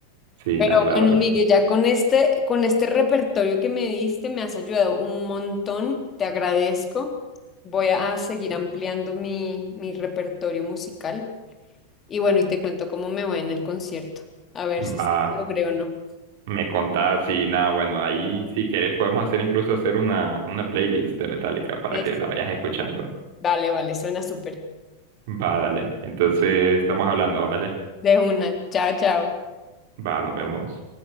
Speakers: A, on the right; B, on the left.
A: sí,
B: Pero
A: nada, claro.
B: bueno, Miguel, ya con este, con este repertorio que me diste, me has ayudado un montón. Te agradezco. Voy a seguir ampliando mi, mi repertorio musical. Y bueno, y te cuento cómo me va en el concierto. A ver
A: Va,
B: si sí logré o no.
A: me contás y nada, bueno, ahí si querés podemos hacer incluso hacer una, una playlist de Metallica para
B: Eso.
A: que la vayas escuchando.
B: Vale, vale, suena súper.
A: Va, dale. Entonces estamos hablando, ¿vale?
B: De una. Chao, chao.
A: Va, nos vemos.